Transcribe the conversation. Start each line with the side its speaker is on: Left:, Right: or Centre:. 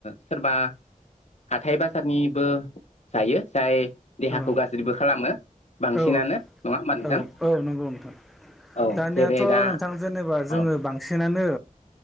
Left: सोरबा हाथाय बाजारनिबो जायो जाय देहाखौ
Centre: औ
Left: गाज्रिबो खालामो बांसिनानो
Centre: औ
Left: नङा होमबा नोंथां
Centre: औ औ नंगौ नोंथां
Left: औ
Centre: दानियाथ
Left: जेरै दा
Centre: नोंथां जेनेबा जोङो
Left: औ
Centre: बांसिननानो